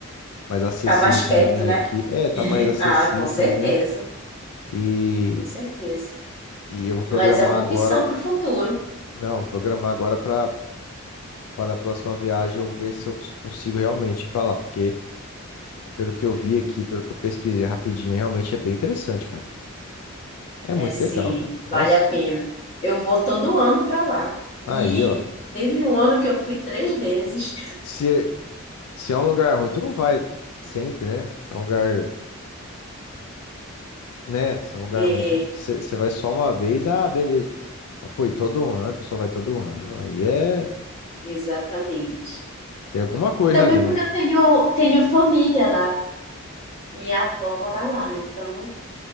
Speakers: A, on the left; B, on the left.
A: mais acessível
B: Tá mais
A: pra
B: perto,
A: mim
B: né?
A: aqui. É, tá mais acessível
B: Ah, com certeza,
A: pra mim. E,
B: com certeza.
A: e eu vou programar
B: Mas é uma opção
A: agora.
B: para o futuro.
A: Não, vou programar agora pra, pra da próxima viagem eu ver se eu consigo realmente ir pra lá, porque. Pelo que eu vi aqui, pelo que eu pesquisei rapidinho, realmente é bem interessante, cara. É muito
B: É sim,
A: legal, cara.
B: vale
A: Nossa.
B: a pena. Eu vou todo ano para lá. E
A: tá Aí, ó.
B: teve um ano que eu fui três vezes.
A: Se, se é um lugar ruim, tu não vai sempre, né? É um lugar, né? Se é um lugar
B: É,
A: ruim, você, não- você- você vai só uma vez, ah, beleza. Mas, Pô, e todo ano, a pessoa vai todo ano. Aí é.
B: exatamente.
A: Tem alguma coisa
B: Também
A: ali,
B: porque
A: né?
B: eu tenho, tenho família lá. Minha avó mora lá, então